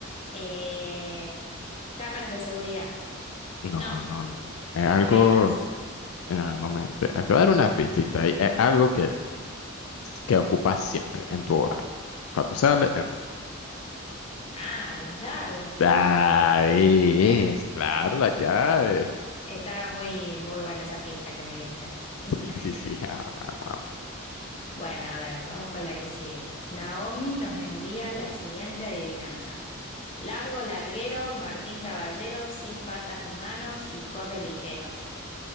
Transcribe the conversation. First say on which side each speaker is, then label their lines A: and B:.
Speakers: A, on the left; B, on the left.
A: Eh, cámaras de seguridad.
B: No,
A: No,
B: no, no. Es algo.
A: rejas.
B: En algún momento. Eh, Te voy a dar una pistita. ahí. Es algo que, que ocupas siempre en tu hogar. Cuando sale, entra.
A: Ah, las llaves.
B: Ahí
A: <laughs>
B: es, claro, la llave.
A: Estaba muy, muy buena esa pista que me diste. <laughs>
B: Sí, sí, sí. <laughs> ah, Vamos, vamos.
A: Bueno, a ver, vamos con la que sigue. Naomi nos envía la siguiente adivinanza. Largo, larguero, Martín Caballero, sin patas ni manos y corre ligero.